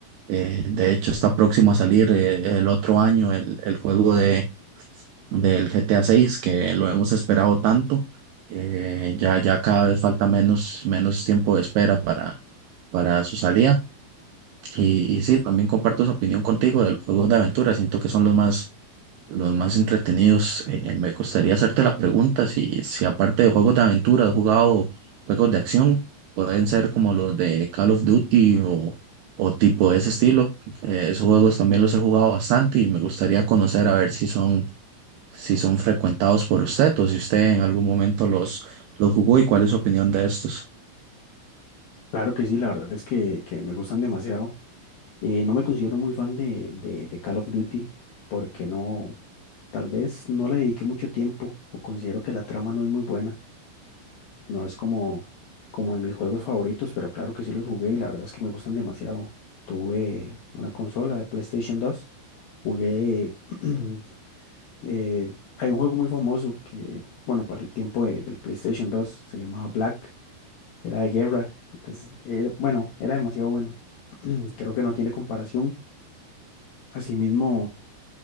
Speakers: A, on the right; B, on the left.
A: Eh, de hecho, está próximo a salir eh, el otro año el, el juego de del GTA 6, que lo hemos esperado tanto. Eh, ya, ya cada vez falta menos, menos tiempo de espera para, para su salida. Y, y sí, también comparto esa opinión contigo de los juegos de aventura. Siento que son los más, los más entretenidos. Eh, eh, me gustaría hacerte la pregunta si, si aparte de juegos de aventura has jugado juegos de acción, pueden ser como los de Call of Duty o, o tipo de ese estilo. Eh, esos juegos también los he jugado bastante y me gustaría conocer a ver si son si son frecuentados por usted o si usted en algún momento los, los jugó y cuál es su opinión de estos.
B: Claro que sí, la verdad es que, que me gustan demasiado. Eh, no me considero muy fan de, de, de Call of Duty porque no, tal vez no le dediqué mucho tiempo o considero que la trama no es muy buena. No es como, como de mis juegos favoritos, pero claro que sí los jugué y la verdad es que me gustan demasiado. Tuve una consola de PlayStation 2, jugué... <clears throat> eh, hay un juego muy famoso que, bueno, para el tiempo de- del PlayStation 2 se llamaba Black. Era de guerra. Era, es- era- bueno, era demasiado bueno. <clears throat> Creo que no tiene comparación. Asimismo,